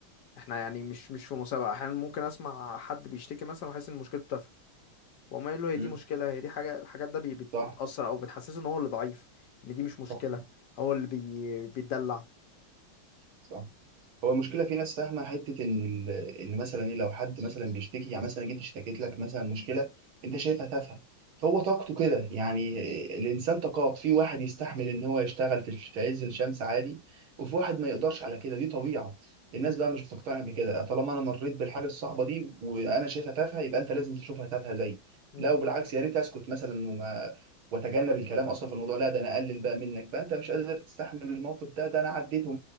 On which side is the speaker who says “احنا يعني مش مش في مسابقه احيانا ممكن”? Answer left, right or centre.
Left